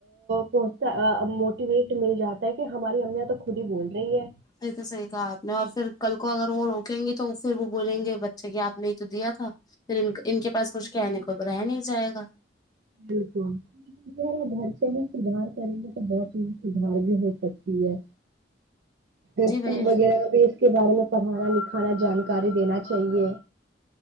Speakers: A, on the right; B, on the left.
A: پہنچتا موٹیویٹ مل جاتا ہے کہ ہماری امیاں تو خود ہی بول رہی ہے
B: صی تو صحیح کہا آپ نے اور پھر کل کو اگر وہ روکیں گی تو پھر وہ بولیں گے بچے کی آپ نے یہ تو دیا تھا پھر ان کے پاس کچھ کہنے کو رہ نہیں جائے گا
A: بالکل گھر سے ہی سدار کریں گے تو بہت ہییز سدھار بھی ہو سکتی ہے اسکول
B: جی بھیا
A: وغیرہ میں بھی اس کے بارے میں پڑھانا لکھانا جانکاری دینا چاہیے